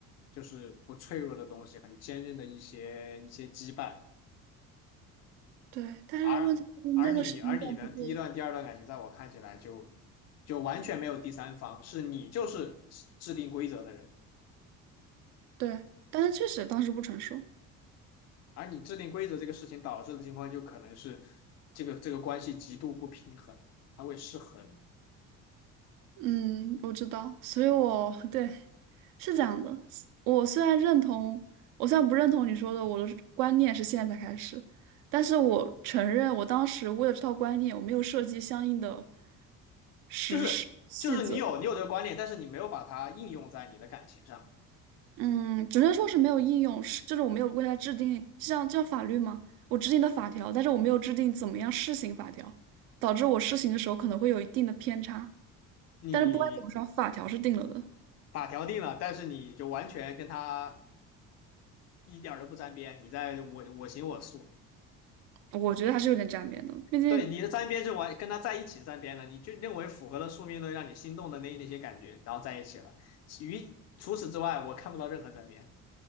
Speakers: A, on the left (about 35°); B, on the right (about 50°).
A: 就是不脆弱的东西，很坚韧的一些一些羁绊，
B: 对，但是问题是那个时间段不对，
A: 而而你而你的第一段、第二段感情，在我看起来就就完全没有第三方，是你就是制定规则的人。
B: 对，但是确实当时不成熟。
A: 而你制定规则这个事情导致的情况，就可能是这个这个关系极度不平衡，它会失衡。
B: 嗯，我知道，所以我 <laughs> 对是这样的。我虽然认同，我虽然不认同你说的，我的观念是现在才开始，但是我承认，我当时为了这套观念，我没有设计相应的实施。
A: 就是就是你有你有这个观念，
B: 细则。
A: 但是你没有把它应用在你的感情上。
B: 嗯，只能说是没有应用，是就是我没有为它制定，就像就像法律吗？我制定的法条，但是我没有制定怎么样施行法条，导致我施行的时候可能会有一定的偏差。
A: 你
B: 但是不管怎么说，法条是定了的，
A: 法条定了，但是你就完全跟他一点都不沾边，你在我我行我素。
B: 我觉得还是有点沾边的，毕竟
A: 对，你的沾边就完跟他在一起沾边了，你就认为符合了宿命论让你心动的那那些感觉，然后在一起了。于除此之外，我看不到任何沾边。